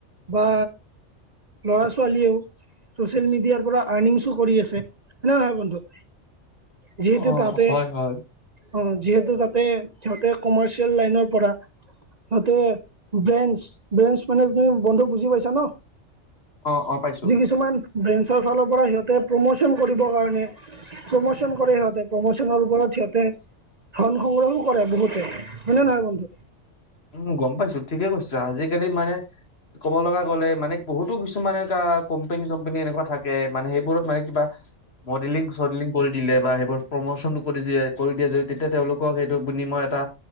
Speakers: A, on the right; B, on the left.
A: বা ল'ৰা ছোৱালীয়েও। চচিয়েল মিডিয়াৰ পৰা আৰ্নিংছো কৰি আছে হয় নে নহয় বন্ধু। যিহেতু
B: অ',
A: তাতে
B: হয়, হয়।
A: অ যিহেতু তাত, তে সিহতে কমাৰ্চিয়েল লাইনৰ পৰা সিহতে, ব্ৰেন্ঞ্চ ব্ৰেঞ্চ মানে তুমি বন্ধু বুজি পাইছা ন।
B: অ অ পাইছো।
A: যি কিছুমান ব্ৰেঞ্চৰ ফালৰ পৰা সিহঁতে প্ৰমোচন কৰিবৰ কাৰণে প্ৰমোচন কৰে সিহঁতে প্ৰমোচনৰ ওপৰত। সিহতে ধন সংগ্ৰহো কৰে বহুতে। হয়নে নহয় বন্ধু?
B: উম গম পাইছো ঠিকেই কৈছা। আজি-কালি মানে ক'ব লগা গ'লে মানে বহুতো কিছুমান এনেকা কোম্পেনী- চোম্পেনী এনেকুৱা থাকে, মানে সেইবোৰত মানে কিবা মডেলিং-চডেলিং কৰি দিলে বা সেইবোৰ প্ৰমোচনটো কৰি দিয়ে কৰি দিয়ে যদি তেতিয়া তেওঁলোকক সেইটো বিনিময়ত এটা